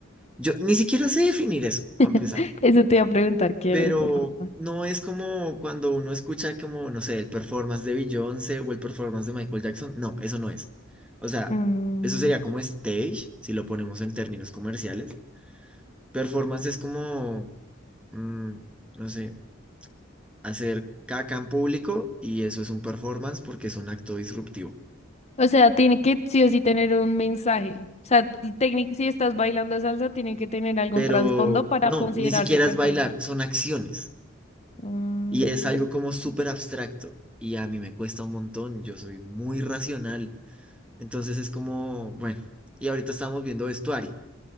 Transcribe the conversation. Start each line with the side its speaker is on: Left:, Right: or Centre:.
Centre: Yo ni siquiera sé definir eso, para
Left: <laughs>
Centre: empezar,
Left: Eso te iba a preguntar qué
Centre: pero
Left: era el problema.
Centre: no es como cuando uno escucha como, no sé, el performance de Beyoncé o el performance de Michael Jackson. No, eso no es. O sea,
Left: Mm,
Centre: eso sería como stage, si lo ponemos en términos comerciales. Performance es como, mm, no sé, hacer caca en público y eso es un performance porque es un acto disruptivo.
Left: O sea, tiene que sí o sí tener un mensaje. O sea, técnic- si estás bailando salsa, tiene que tener algún
Centre: Pero
Left: trasfondo para
Centre: no,
Left: considerarse
Centre: ni siquiera
Left: performance.
Centre: es bailar, son acciones.
Left: Mm,
Centre: Y es algo como súper abstracto y a mí me cuesta un montón, yo soy muy racional. Entonces es como, bueno, y ahorita estábamos viendo vestuario